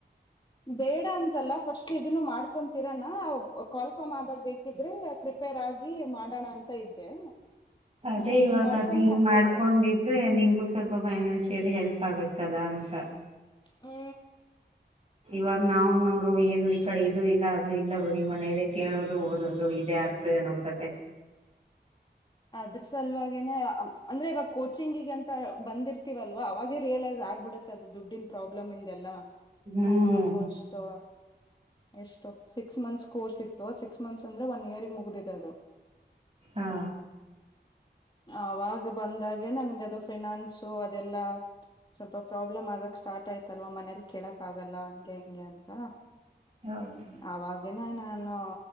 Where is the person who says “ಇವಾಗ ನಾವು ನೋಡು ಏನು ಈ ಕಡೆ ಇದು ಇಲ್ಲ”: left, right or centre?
Right